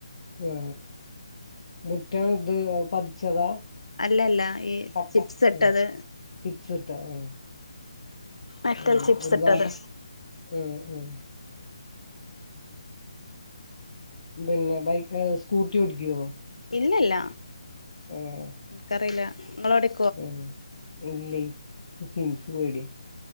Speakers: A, on the left; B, on the left.
A: ആ മുറ്റം ഇത് പതിച്ചതാ?
B: അല്ലല്ല ഈ
A: കട്ട
B: ചിപ്സ് ഇട്ടത്
A: ഉം ചിപ്സ് ഇട്ട് ആഹ്
B: മെറ്റൽ
A: ആ
B: ചിപ്സ്
A: ഒരു
B: ഇട്ടത്
A: ഭാഗം ഉം ഉം പിന്നെ ബൈക്ക് സ്കൂട്ടി ഓടിക്കോ?
B: ഇല്ലല്ല.
A: ഏഹ്.
B: ഇൻക്കറീല്ല നിങ്ങളോടെ
A: ആഹ് ഇല്ലേ ഇൻക്ക് പേടിയ